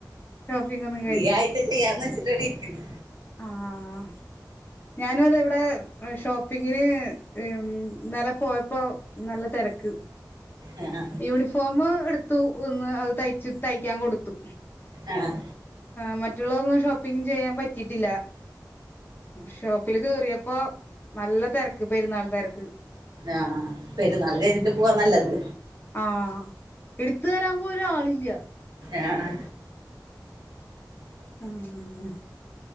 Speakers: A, on the left; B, on the right.
A: ഷോപ്പിംഗ് ഒന്നും
B: ഈ ആഴ്ച ചെയ്യാന്ന് വെച്ചിട്ടാണ് ഇരിക്കണ്
A: ആഹ് ഞാനുവതാ ഇവിടെ ഷോപ്പിങ്ങിന് ഉം ഇന്നലെ പോയപ്പോ നല്ല തെരക്ക്
B: ആ,
A: യൂണിഫോമ് എടുത്തു ഒന്ന് അത് തയ്ച്ച് തയ്ക്കാൻ കൊടുത്തു
B: ആഹ്
A: ആ മറ്റുള്ളതൊന്നും ഷോപ്പിങ് ചെയ്യാൻ പറ്റിയിട്ടില്ല ഷോപ്പില് കയറിയപ്പോ നല്ല തിരക്ക് പെരുന്നാൾ തിരക്ക്
B: ആഹ പെരുന്നാൾ കഴിഞ്ഞിട്ട് പോവാ നല്ലത്
A: ആ എടുത്തു തരാൻ പോലും ആളില്ല
B: ആഹ
A: ആഹ്